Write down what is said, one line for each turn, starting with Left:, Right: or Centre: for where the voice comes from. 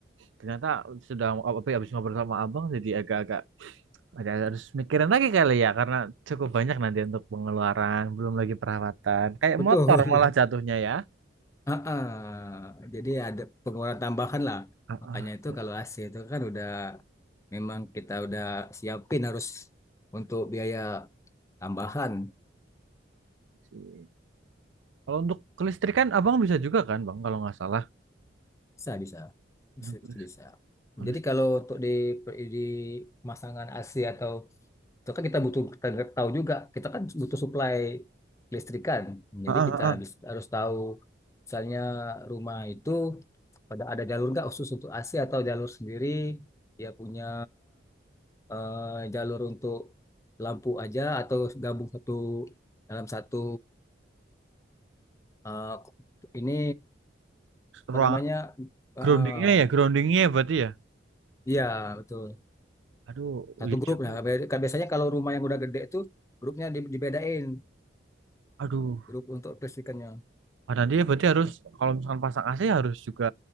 Right: ternyata sudah tapi habis ngobrol sama abang jadi agak-agak Ada harus mikirin lagi kali ya karena cukup banyak nanti untuk pengeluaran, belum lagi perawatan. Kayak
Left: Betul.
Right: motor malah jatuhnya ya.
Left: Heeh. Jadi ada pengeluaran tambahan lah.
Right: Ah,
Left: Makanya
Right: ah,
Left: itu
Right: jadi
Left: kalau AC itu kan udah memang kita udah siapin harus untuk biaya tambahan.
Right: sih. Kalau untuk kelistrikan abang bisa juga kan bang kalau nggak salah.
Left: Bisa, bisa. Bisa,
Right: Aduh, kelis-
Left: itu bisa.
Right: kelis-
Left: Jadi kalau untuk di di pemasangan AC atau itu kan kita butuh kita tahu juga, kita kan butuh supply listrikan.
Right: ah,
Left: Jadi
Right: ah,
Left: kita
Right: ah.
Left: bis- harus tahu misalnya rumah itu pada ada jalur nggak khusus untuk AC atau jalur sendiri dia punya eh, jalur untuk lampu aja atau gabung satu dalam satu eh, ini apa
Right: Ruangan
Left: namanya eh,
Right: groundingnya ya, groundingnya ya berarti ya.
Left: Iya betul
Right: Aduh,
Left: satu
Right: iya
Left: grup
Right: juga.
Left: ya.
Right: ya.
Left: Kayak Biasanya kalau rumah yang udah gede itu grupnya di- dibedain
Right: Aduh,
Left: grup untuk listrikannya.
Right: Pak Dandi ya berarti harus kalau misalkan pasang AC harus juga